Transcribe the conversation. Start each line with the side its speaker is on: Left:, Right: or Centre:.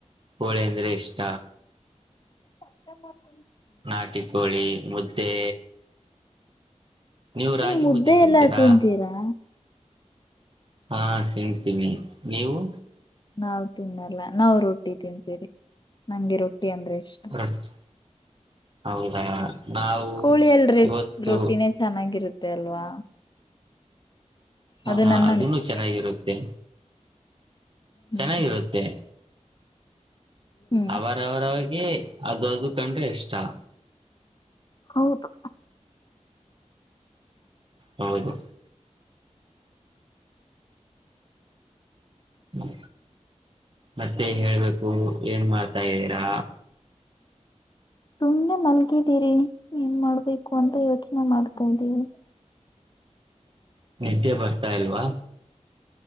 Right: ಕೋಳಿ ಅಂದ್ರೆ ಇಷ್ಟ
Left: ಮತ್ತೆ ಮತ್ತ
Right: ನಾಟಿ ಕೋಳಿ ಮುದ್ದೆ ನೀವು
Left: ನೀವ
Right: ರಾಗಿ
Left: ಮುದ್ದೆ
Right: ತಿಂತೀರಾ
Left: ಎಲ್ಲಾ ತಿಂತಿರಾ
Right: ಹಾ ತಿಂತೀನಿ ನೀವು
Left: ನಾವ ತಿನ್ನಲ್ಲ ನಾವು ರೊಟ್ಟಿ ತಿಂತೀವಿ ನಂಗೆ ರೊಟ್ಟಿ ರೊಟ್ಟಿ ಅಂದ್ರೆ ಇಷ್ಟ
Right: ರೊಟ್ಟಿ ಹೌದಾ ನಾವು
Left: ಕೋಳಿ ಅಲ್ರಿ
Right: ಇವತ್ತು
Left: ರೊಟ್ಟಿನೇ ಚೆನ್ನಾಗಿರುತ್ತೆ ಅಲ್ವಾ
Right: ಹಾ
Left: ಅದು
Right: ಹಾ
Left: ನನ್ನ
Right: ಅದನ್ನು
Left: ಅನಿಸಿಕೆ
Right: ಚೆನ್ನಾಗಿರುತ್ತೆ
Left: ಹ್ಮ್
Right: ಚೆನ್ನಾಗಿರುತ್ತೆ
Left: ಹ್ಮ್
Right: ಅವರ ಅವರ ಅವಗೆ ಅದು ಅದು ಕಂಡ್ರೆ ಇಷ್ಟ
Left: ಹೌದು
Right: ಹೌದು ಹ ಮತ್ತೆ ಹೇಳ್ಬೇಕು ಏನ್ ಮಾಡ್ತಾ ಇದ್ದೀರಾ
Left: ಸುಮ್ನೆ ಮಲಗಿದ್ದೀನಿ ಮನ್ಗಿದೀರಿ ಏನ್ ಮಾಡ್ಬೇಕು ಅಂತ ಯೋಚನೆ ಮಾಡ್ತಾ ಇದೀನಿ
Right: ನಿದ್ದೆ ಬರ್ತಾ ಇಲ್ವಾ